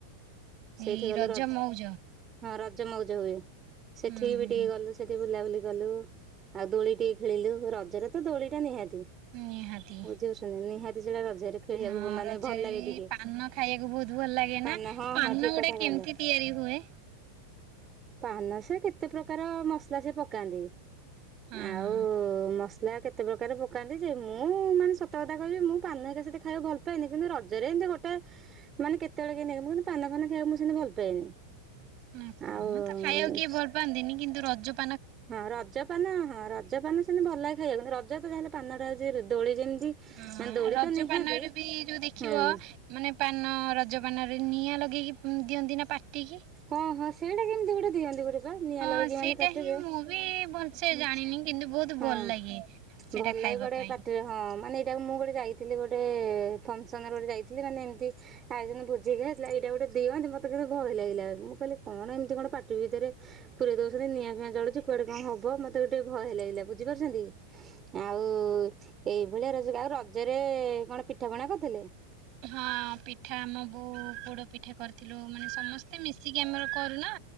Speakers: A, on the right; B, on the right.
A: ସେଇଠି
B: ଏଇ
A: ଗଲୁ ରଜ
B: ମଉଜ।
A: ହଁ ରଜ ମଉଜ ହୁଏ ସେଠିକି
B: ହୁଁ ହୁଁ।
A: ବି ଟିକେ ଗଲୁ ସେଠି ବୁଲାବୁଲି କଲୁ ଆଉ ଦୋଳି ଟିକେ ଖେଳିଲୁ ରଜରେ ତ ଦୋଳି ଟା ନିହାତି।
B: ନିହାତି।
A: ବୁଝଛନ୍ତି ନିହାତି ସେଇଟା ରଜରେ ଖେଳିବାକୁ
B: ହଁ
A: ବ ମାନେ
B: ରଜରେ
A: ଭଲ ଲାଗେ
B: ବି
A: ଟିକେ
B: ପାନ ଖାଇବାକୁ ବହୁତ ଭଲ ଲାଗେ
A: ପାନ
B: ନା
A: ହଁ
B: ପାନ
A: ହଁ ଠିକ
B: ଗୁଡା
A: କଥା
B: କେମିତି
A: କହିଲେ।
B: ତିଆରି ହୁଏ?
A: ପାନ ସିଏ କେତେ ପ୍ରକାର ମସଲା ସିଏ ପକାନ୍ତି।
B: ହଁ
A: ଆଉ
B: ହଁ
A: ମସଲା କେତ ତେ ପ୍ରକାର ପକାନ୍ତି ଯେ ମୁଁ ମାନେ ସତକଥା କହିବି ମୁଁ ପାନ ଏତେ ସେତେ ଖାଇବାକୁ ଭଲ ପାଏନି କିନ୍ତୁ ରଜରେ ଏମିତି ଗୋଟାଏ ମାନେ କେତେବେଳେ କେମିତି ନେଇ ମୁଁ କିନ୍ତୁ ପାନ ଫାନ ଖାଇବାକୁ ମୁଁ ସେମିତି ଭଲ ପାଏନି।
B: ଓ ହୋ ପାନ
A: ଆଉ
B: ତ ଖାଇବାକୁ କିଏ ଭଲ ପାଆନ୍ତିନି କିନ୍ତୁ ରଜକୁ
A: ହଁ ରଜପାନ ହଁ ରଜପାନ ସେମିତି ଭଲ ଲାଗେ ଖାଇବାକୁ ଯେତେ ଯା ହେଲେ ପାନଟା ହଉଛି ଦୋଳି ଯେମିତି ମାନେ
B: ଅ
A: ଦୋଳି
B: ରଜ
A: ତ ନିହାତି
B: ପାନରେ ବି ଯୋଉ ଦେଖିବ
A: ହୁଁ।
B: ମାନେ ପାନ ରଜପାନରେ ନିଆଁ ଲଗେଇକି ଦିଅନ୍ତି ନା ପାଟିକି।
A: ହଁ ହଁ ସେଇଟା କେମିତି ଗୋଟେ ଦିଅନ୍ତି ଗୋଟେ ନିଆଁ
B: ହଁ
A: ଲଗେଇକି
B: ସେଇଟା
A: ମାନେ ପାଟିରେ
B: ହିଁ ମୁଁ ବି ଭଲସେ
A: ହୁଁ
B: ଜାଣିନି କିନ୍ତୁ ବହୁତ
A: ହଁ।
B: ଭଲ ଲାଗେ। ସେଇଟା
A: ଭଲ
B: ଖାଇବା
A: ଲାଗେ କୁଆଡେ
B: ପାଇଁ।
A: ପାଟିର ହଁ ମାନେ ଏଇଟାକୁ ମୁଁ ଗୋଟେ ଯାଇଥିଲି ଗୋଟେ ଫଙ୍କସନରେ ଗୋଟେ ଯାଇଥିଲି ମାନେ ଏମିତି ଆଉ ଦିନ ଭୋଜି ଖାଇଥିଲା ଏଇଟା ଗୋଟ ଦିଅନ୍ତି ମତେ କିନ୍ତୁ ଭୟ ଲାଗିଲା ମୁଁ କିହିଲି କଣଏମିତି କଣ ପାଟି ପାଟି ଭିତରେ ପୁରରେ ଦଉଛନ୍ତି ନିଆଁ ଫିଆଁ ଜଳୁଛି କୁଆଡେ କଣ ହବ ମତେ ବି ଟିକେ ଭୟ ଲାଗିଲା ବୁଝିପାରୁଛନ୍ତି? ଆଉ ଏଇଭଳିଆ ରଜରେ ଆଉ ରଜରେ କଣ ପିଠା ପଣା କରିଥିଲେ?
B: ହଁ ପିଠା ଆମ ବୋଉ ପୋଡ ପିଠା କରିଥିଲୁ ମାନେ ସମସ୍ତେ ମିଶିକି ଆମର କରୁନା।